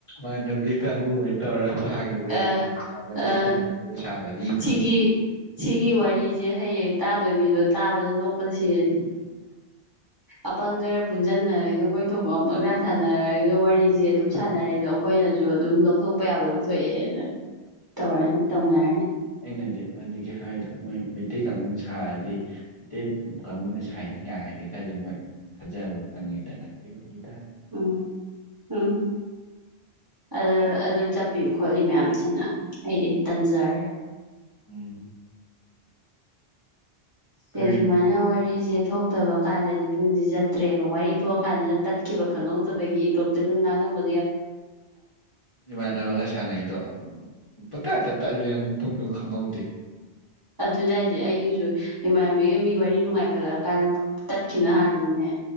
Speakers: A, on the left (about 35°); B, on the right (about 25°).
A: ꯑ <unintelligible> ꯅꯕꯤ ꯀꯥꯡꯒꯨ ꯍꯣꯏꯅ ꯇꯧꯔ ꯁꯥꯒꯤꯕ
B: ꯑꯥ
A: ꯁꯥꯕꯅꯤ
B: ꯑꯥ
A: ꯃꯩꯇꯩ ꯀꯥꯡꯒꯨ ꯁꯥꯕꯅꯤ
B: ꯁꯤꯒꯤ ꯁꯤꯒꯤ ꯋꯥꯔꯤꯖꯦ ꯍꯌꯦꯡ ꯇꯥꯗꯣꯏ ꯃꯤꯗꯣ ꯇꯥꯕꯗ ꯅꯣꯛꯄꯅ ꯁꯤꯔꯅꯤ ꯑꯄꯪ ꯈꯔ ꯄꯨꯟꯖꯟꯅꯔꯒ ꯃꯣꯏ ꯊꯣꯛꯄ ꯃ ꯄꯪꯁꯥ ꯁꯥꯟꯅꯔꯒ ꯋꯥꯔꯤꯖꯦ ꯑꯗꯨꯝ ꯁꯥꯟꯅꯔꯦ ꯑꯗꯣ ꯑꯈꯣꯏꯅꯖꯨ ꯑꯗꯨꯝ ꯂꯧꯊꯣꯛꯄ ꯌꯥꯕ ꯂꯧꯊꯣꯛꯑꯦꯅ ꯇꯧꯔꯅꯤ ꯇꯧꯅꯔꯅꯤ
A: ꯅꯪꯅꯗꯤ ꯍꯧꯖꯤꯛꯀꯤ ꯍꯥꯏꯔꯤꯗꯣ ꯃꯣꯏ ꯃꯩꯇꯩ ꯀꯥꯡꯒꯨꯅ ꯁꯥꯔꯗꯤ ꯃꯩꯇꯩ ꯀꯥꯡꯉꯨꯅ ꯁꯥꯥꯏꯅꯤꯀꯥꯏ ꯗꯤ ꯈꯖꯨ ꯃꯣꯏ ꯊꯥꯖꯕ ꯐꯪꯉꯤꯗꯅ ꯑꯗꯨꯏꯋꯥꯅꯤꯗꯥ
B: ꯎꯝ ꯎꯝ ꯑꯗꯨ ꯑꯗꯨ ꯆꯠꯄꯤ ꯈꯣꯠꯂꯤ ꯃꯌꯥꯝꯖꯤꯅ ꯑꯩꯗꯤ ꯇꯟꯖꯔꯦ
A: ꯎꯝ
B: ꯁꯦ
A: ꯀꯩꯅꯣ
B: ꯁꯨꯃꯥꯏꯅ ꯋꯥꯔꯤꯖꯦ ꯊꯣꯛꯇꯕ ꯀꯥꯟꯗꯗꯤ ꯄꯨꯡꯁꯤ ꯆꯠꯇ꯭ꯔꯦꯕ ꯋꯥꯔꯤ ꯊꯣꯛꯑ ꯀꯥꯟꯗꯅ ꯇꯠꯈꯤꯕ ꯈꯪꯍꯧꯗꯕꯒꯤ ꯏꯇꯣꯞꯇꯒ ꯉꯥꯡꯉꯝꯕ
A: ꯏꯃꯥꯟꯅꯕꯒ ꯁꯥꯟꯅꯩꯗꯣ ꯄꯇꯠꯇ ꯇꯠꯂꯦ ꯄꯨꯡꯗꯣ ꯈꯪꯍꯧꯗꯦ
B: ꯑꯗꯨꯅꯦ ꯍꯥꯢꯖꯦ ꯑꯩꯒꯤꯁꯨ ꯏꯃꯥꯟꯅꯕꯤꯒ ꯃꯤ ꯋꯥꯔꯤ ꯅꯨꯡꯉꯥꯏ ꯈꯠꯂꯛꯑ ꯀꯥꯟꯗ ꯇꯠꯈꯤꯕꯅ ꯍꯥꯜꯂꯤꯅꯤꯅꯦ